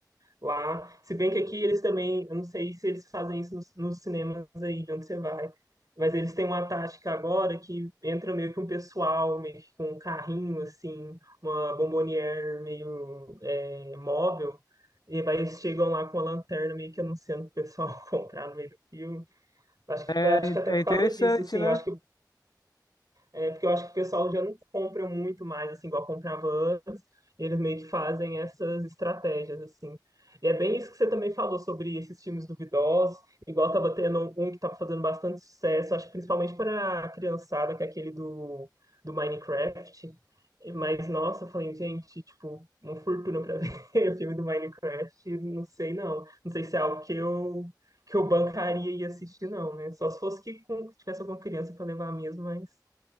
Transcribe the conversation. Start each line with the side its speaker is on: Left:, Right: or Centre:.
Right: lá. Se bem que aqui eles também, eu não sei se eles fazem isso nos, nos cinemas aí de onde você vai, mas eles têm uma tática agora que entra meio que um pessoal, meio que com um carrinho, assim, uma bombonière meio é, móvel, e vai, eles chegam lá com a lanterna meio que anunciando o pessoal <laughs> comprar no meio do filme. Acho
Left: É,
Right: que, acho que até por
Left: é interessante,
Right: causa disso, assim,
Left: né?
Right: eu acho que é, porque eu acho que o pessoal já não compra muito mais, assim, igual comprava antes. E eles meio que fazem essas estratégias, assim. E é bem isso que você também falou sobre esses filmes duvidosos. Igual tava tendo um que tava fazendo bastante sucesso, acho que principalmente para a criançada, que é aquele do, do Minecraft. Mas, nossa, eu falei, gente, tipo, uma fortuna pra <laughs> ver o filme do Minecraft. Não sei, não. Não sei se é algo que eu, que eu bancaria e assistir, não, né? Só se fosse que com- tivesse alguma criança pra levar mesmo, mas...